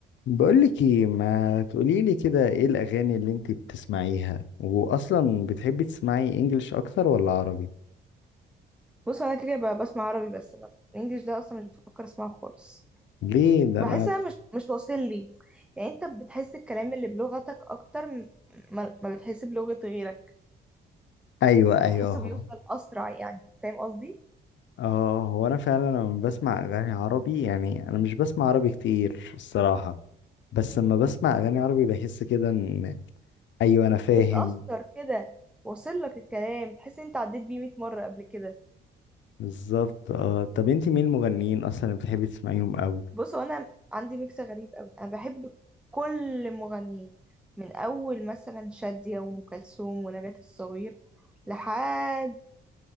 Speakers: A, on the left; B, in the centre.
A: بقولك ايه ما تقوليلي كده ايه الاغاني اللي انتي بتسمعيها واصلا بتحبي تسمعي انجلش اكتر ولا عربي
B: بص انا كده ب- بسمع عربي بس انا الانجليش ده اصلا مش بفكر اسمعه خالص
A: ليه ده
B: بحس
A: انا
B: انا مش مش واصل لي يعني انت بتحس الكلام اللي بلغتك اكتر م- ما, ما بتحس بلغة غيرك
A: ايوه ايوه
B: بحسه
A: اهو
B: بيوصل اسرع يعني فاهم قصدي
A: اه هو انا فعلا لما بسمع اغاني عربي يعني انا مش بسمع عربي كتير الصراحه بس لما بسمع اغاني عربي بحس كده ان ايوه انا فاهم
B: بتأثر كده واصل لك الكلام تحس انت عديت بيه 100 مرة قبل كده
A: بالظبط اه طب انتي مين المغنيين اصلا اللي بتحبي تسمعيهم قوي
B: بص هو انا عندي ميكس غريب قوي انا بحب كل المغنيين من اول مثلا شادية وام كلثوم ونجاة الصغير لحد